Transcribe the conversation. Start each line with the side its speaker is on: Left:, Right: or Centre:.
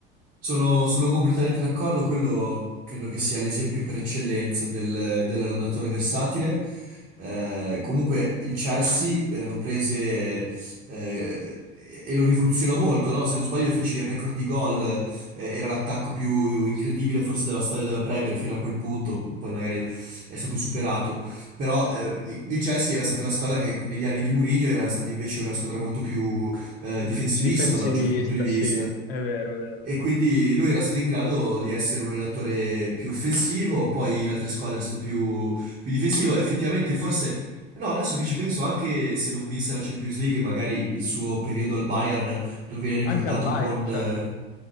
Right: Sono, sono completamente d'accordo, quello credo che sia l'esempio per eccellenza del- dell'allenatore versatile. Eh, comunque il Chelsea eh, lo prese eh, e lo rivoluzionò molto, no? Se non sbaglio fece il record di gol, eh, era l'attacco più incredibile forse della storia della Premier fino a quel punto, poi magari è stato superato. Però eh, il Chelsea era stata una squadra che negli anni di Mourinho era stata invece una squadra molto più eh, difensivista
Left: Difensivista,
Right: da un certo punto di vista.
Left: sì, è vero, è vero.
Right: E quindi lui era stato in grado di essere un allenatore più offensivo, poi in altre squadre è stato più, più difensivo. Effettivamente, forse, no, adesso che ci penso, anche se non vinse la Champions League, magari il suo periodo al Bayern non viene ricordato
Left: Anche al Bayern,
Right: con,
Left: certo.
Right: eh,